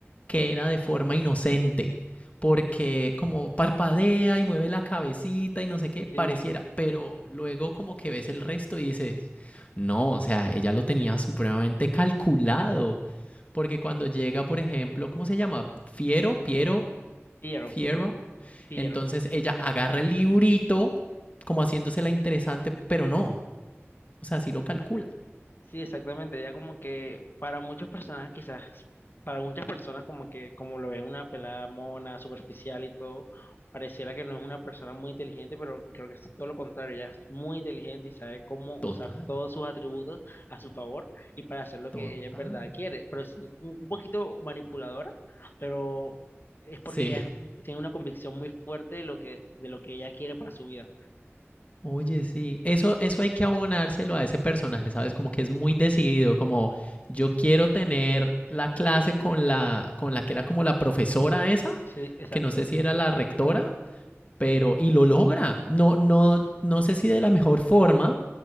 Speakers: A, on the left; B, on the left.
A: que era de forma inocente, porque como parpadea y mueve la cabecita y no sé qué, pareciera,
B: Sí,
A: pero luego como que ves el resto y dices, no, o sea, ella lo tenía supremamente calculado, porque cuando llega, por ejemplo, ¿cómo se llama? Fiero, Piero,
B: fiero,
A: Fierro.
B: fiero.
A: Entonces ella agarra el librito, como haciéndose la interesante, pero no. O sea, sí lo calcula.
B: Sí, exactamente. Ya como que para muchas personas quizás, para muchas personas como que como lo ven una pelada mona, superficial y todo, pareciera que no es una persona muy inteligente, pero creo que es todo lo contrario. Ella es muy inteligente y sabe cómo
A: Total,
B: usar todos sus atributos a su favor y para hacer lo
A: total.
B: que ella en verdad quiere. Pero es un un poquito manipuladora, pero es porque
A: Sí.
B: ella es- tiene una convicción muy fuerte de lo que, de lo que ella quiere para su vida.
A: Oye, sí. Eso, eso hay que abonárselo a ese personaje, ¿sabes? Como que es muy decidido, como yo quiero tener la clase con la, con la que era como la profesora esa,
B: Sí, exacto.
A: que no sé si era la rectora, pero, y lo logra. No, no, no sé si de la mejor forma,